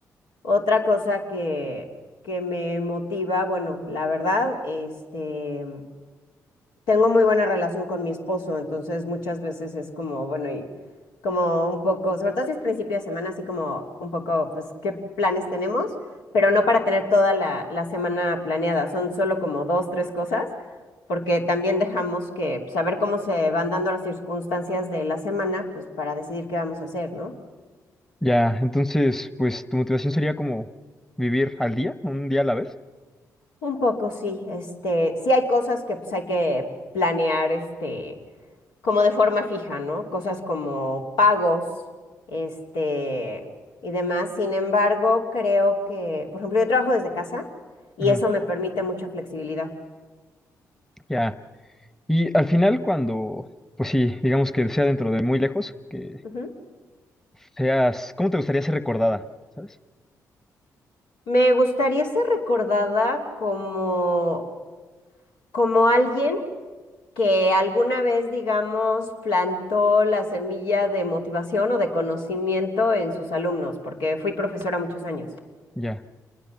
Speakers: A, on the left; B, in the centre.
A: otra cosa que, que me motiva, bueno, la verdad, este, tengo muy buena relación con mi esposo, entonces muchas veces es como, bueno, y como un poco, sobre todo si es principio de semana, así como un poco, pues, qué planes tenemos, pero no para tener toda la, la semana planeada, son solo como dos, tres cosas, porque también dejamos que, saber cómo se van dando las circunstancias de la semana, pues, para decidir qué vamos a hacer, ¿no?
B: Ya, entonces, pues tu motivación sería como vivir al día, un día a la vez.
A: Un poco, sí, este, sí hay cosas que, pues, hay que planear, este como de forma fija, ¿no? Cosas como pagos, este, y demás. Sin embargo, creo que, por ejemplo, yo trabajo desde casa y
B: Ujú,
A: eso me permite mucha flexibilidad.
B: Ya. Y al final, cuando, pues sí, digamos que sea dentro de muy lejos, que
A: Ujú.
B: seas, ¿cómo te gustaría ser recordada? ¿Sabes?
A: Me gustaría ser recordada como, como alguien que alguna vez, digamos, plantó la semilla de motivación o de conocimiento en sus alumnos, porque fui profesora muchos años.
B: Ya,